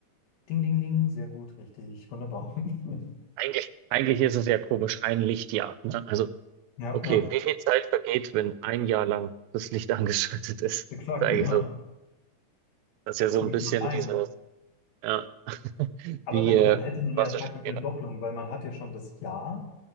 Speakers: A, on the left; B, on the right.
A: Ding, ding, ding, sehr gut, richtig, wunderbar. <laughs>
B: Eigentlich, eigentlich ist es ja komisch, ein Lichtjahr, ne? Also,
A: Ja,
B: okay,
A: ja,
B: wie viel Zeit vergeht, wenn ein Jahr lang das Licht <laughs> angeschaltet ist?
A: exakt,
B: Das ist
A: ja.
B: eigentlich so, das ist ja so
A: Das
B: ein
A: möchte
B: bisschen
A: man meinen.
B: dieses, ja, <laughs>
A: Aber
B: wie,
A: dann,
B: äh,
A: dann hätte man
B: Massesphäre.
A: ja praktisch eine Doppelung, weil man hat ja schon das Ja,